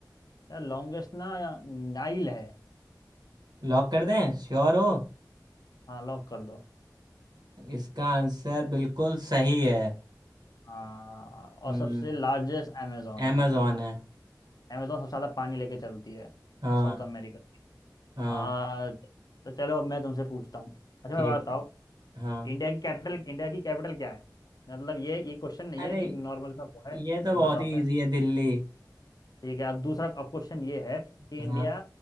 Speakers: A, on the left; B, on the right.
A: यार लॉन्गेस्ट ना या- नाइल है
B: लॉक कर दें श्योर हो
A: हाँ लॉक कर दो
B: इसका आंसर बिल्कुल सही है
A: हाँ और
B: हम्म
A: सबसे लार्जेस्ट अमेजोन
B: amazon
A: है हाँ
B: है
A: अमेजोन सबसे ज़्यादा पानी लेके चलती है
B: हाँ
A: South America
B: हाँ
A: हाँ तो तो चलो अब मैं तुमसे पूछता हूँ अच्छा
B: ठीक
A: मैं बात बताओ
B: है, हाँ
A: इंडिया की कैपिटल इंडिया की कैपिटल क्या है मतलब ये ये क्वेश्चन नहीं
B: अरे
A: है कि नॉर्मल सा है
B: ये
A: ये
B: तो बहुत
A: बताओ
B: ही इजी है दिल्ली
A: ठीक है अब दूसरा अब क्वेश्चन ये है कि
B: हाँ
A: इंडिया